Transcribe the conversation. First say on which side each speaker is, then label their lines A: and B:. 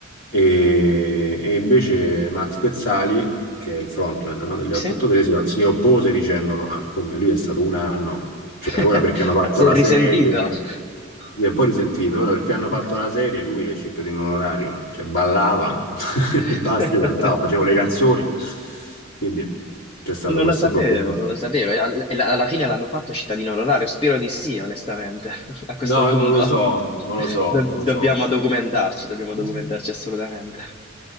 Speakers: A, on the left; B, on the left.
A: E, e invece Max Pezzali, che è il frontman, no, degli 883,
B: Sì?
A: si, si oppose dicendo: Ma come lui è stato un anno, cioè
B: <laughs>
A: ora perché hanno fatto
B: Si
A: la
B: è risentito.
A: serie, mi è poi risentito, ora perché hanno fatto
B: <laughs>
A: la serie, lui è cittadino onorario, ma- cioè ballava <laughs>
B: <laughs>
A: e basta, io cantavo, facevo le canzoni, quindi c'è stato
B: Non
A: questo
B: lo sapevo,
A: problema.
B: non lo sapevo. E al- e la- Alla fine l'hanno fatto cittadino onorario. Spero di sì, onestamente, <laughs> a questo
A: No,
B: punto.
A: non lo so, non lo so,
B: Do-
A: non
B: dobbiamo
A: lo so.
B: documentarci, dobbiamo documentarci
A: Sì,
B: assolutamente.